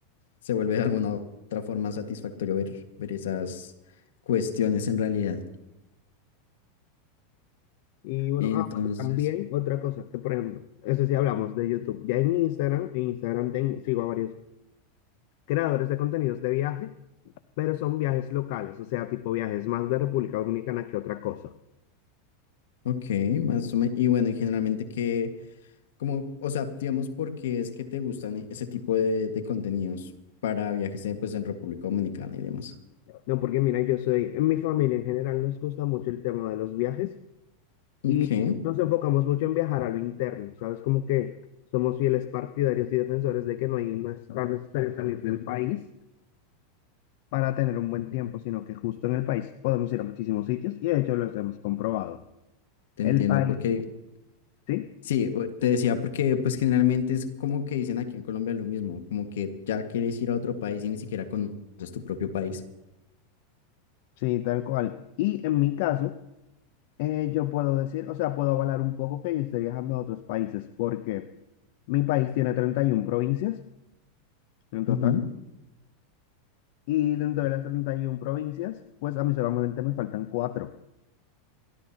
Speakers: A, on the left (about 80°); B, on the left (about 65°).
A: Se vuelve de alguna otra forma satisfactorio ver, ver esas cuestiones en realidad.
B: Y bueno,
A: Entonces,
B: ah, bueno, también otra cosa, que por ejemplo, eso sí hablamos de YouTube. Ya en Instagram, en Instagram tengo, sigo a varios creadores de contenidos de viajes, pero son viajes locales, o sea, tipo viajes más de República Dominicana que otra cosa.
A: ok, más o menos. Y bueno, y generalmente qué Como, o sea, digamos, ¿por qué es que te gustan e- ese tipo de, de contenidos para viajes en, pues, en República Dominicana y demás?
B: No, porque mira, yo soy, en mi familia en general nos gusta mucho el tema de los viajes
A: Ok,
B: y nos enfocamos mucho en viajar a lo interno, ¿sabes? Como que somos fieles partidarios y defensores de que no hay, no es tan necesario salir del país para tener un buen tiempo, sino que justo en el país podemos ir a muchísimos sitios y de hecho los hemos comprobado.
A: te
B: El
A: entiendo,
B: país,
A: porque
B: ¿sí?
A: sí, o- te decía porque pues generalmente es como que dicen aquí en Colombia lo mismo, como que ya quieres ir a otro país y ni siquiera conoces tu propio país.
B: Sí, tal cual. Y en mi caso, eh, yo puedo decir, o sea, puedo avalar un poco que yo esté viajando a otros países porque mi país tiene 31 provincias. En total
A: Ujú,
B: Y dentro de las 31 provincias, pues a mí solamente me faltan cuatro,